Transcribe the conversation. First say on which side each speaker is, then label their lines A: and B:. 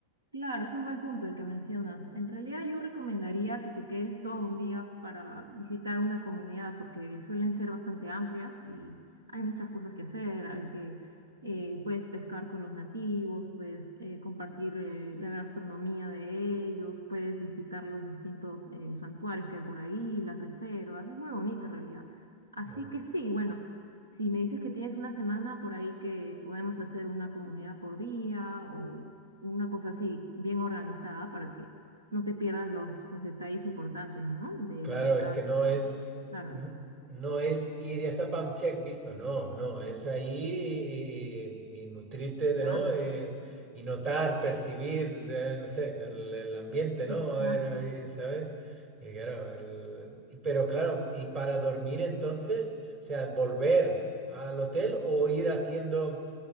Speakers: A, on the right (about 75°); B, on the right (about 40°).
A: Claro, es un buen punto el que mencionas. En realidad yo recomendaría que te quedes todo un día para visitar una comunidad porque suelen ser bastante amplias y hay muchas cosas que hacer. Hay que eh, puedes pescar con los nativos, puedes eh, compartir eh, la gastronomía de ellos, puedes visitar los distintos eh, santuarios que hay por ahí, las reservas. Es muy bonito en realidad. Así
B: eh,
A: que sí, bueno. Si me dices que tienes una semana por ahí que podemos hacer una comunidad por día o una cosa así, bien organizada para que no te pierdas los, los detalles importantes, ¿no? De,
B: Claro,
A: de cada...
B: es que no es,
A: Claro,
B: n- no es ir y hasta pump check visto, no, no, es ahí y, y- y nutrirte
A: claro,
B: de, ¿no? Eh, y notar, percibir, eh, no sé, el, el ambiente,
A: exacto.
B: ¿no? A ver, ahí, ¿sabes? Y claro, el- y- pero claro, y para dormir entonces, o sea, volver al hotel o ir haciendo